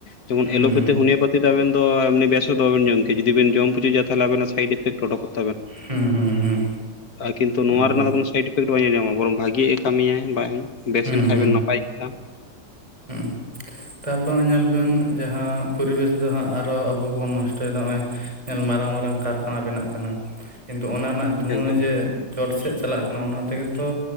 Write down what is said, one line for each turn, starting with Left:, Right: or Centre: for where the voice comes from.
Left: ᱡᱮᱢᱚᱱ
Right: ᱦᱩᱸ
Left: ᱮᱞᱳᱯᱟᱛᱷᱤ
Right: ᱦᱩᱸ
Left: ᱦᱳᱱᱭᱟ ᱯᱟᱛᱤ ᱟᱵᱮᱱ ᱫᱚ ᱮᱢᱱᱤ ᱵᱮᱥᱩᱫ ᱫᱚ ᱵᱮᱱ ᱡᱚᱢ ᱠᱮ ᱡᱩᱫᱤ ᱵᱮᱱ ᱡᱚᱢ ᱯᱩᱪᱩᱪᱟ ᱛᱟᱦᱟᱞᱮ ᱟᱵᱮᱱᱟᱜ ᱥᱟᱭᱤᱴ ᱤᱯᱷᱮᱠᱴ ᱚᱰᱚᱠᱚᱜᱼᱟ
Right: ᱦᱩᱸ ᱦᱩᱸ ᱦᱩᱸ
Left: ᱠᱤᱱᱛᱩ ᱱᱚᱣᱟ
Right: ᱮᱠᱫᱚᱢ
Left: ᱨᱮᱱᱟᱜ ᱫᱚ ᱠᱳᱱᱳ ᱥᱟᱭᱮᱰ ᱤᱯᱷᱮᱠᱴ ᱵᱟᱭ ᱧᱸᱮᱞᱡᱟᱢᱟ ᱵᱚᱨᱚᱝ ᱵᱷᱟᱜᱤ ᱮ ᱠᱟᱹᱢᱤᱭᱟ ᱵᱟᱭ ᱵᱮᱥ
Right: ᱦᱩᱸ
Left: ᱮᱱ ᱠᱷᱟᱱ
Right: ᱦᱩᱸ
Left: ᱵᱮᱱ ᱱᱟᱯᱟᱭ ᱠᱟᱛᱷᱟ
Right: ᱦᱩᱸ ᱛᱟᱨᱯᱚᱨ ᱱᱚᱜᱚᱭ ᱧᱮᱞ ᱵᱮᱱ ᱡᱟᱦᱟᱸ ᱯᱚᱨᱤᱵᱮᱥ ᱫᱚ ᱦᱟᱸᱜ ᱟᱨᱚ ᱟᱵᱚ ᱵᱚᱱ ᱱᱚᱥᱴᱚᱭᱮᱫᱟ ᱱᱚᱜᱚᱭ ᱮᱠᱮᱱ ᱢᱟᱨᱟᱝ ᱢᱟᱨᱟᱝ ᱠᱟᱨᱠᱷᱟᱱᱟ ᱵᱮᱱᱟᱜ ᱠᱟᱱᱟ ᱠᱤᱱᱛᱩ ᱚᱱᱟ ᱨᱮᱱᱟ ᱫᱷᱩᱣᱟᱹ
Left: ᱮᱠᱫᱚᱢ
Right: ᱡᱮ ᱪᱚᱴ ᱥᱮᱫ ᱪᱟᱞᱟᱜ ᱠᱟᱱᱟ ᱚᱱᱟ ᱛᱮᱜᱮ ᱛᱚ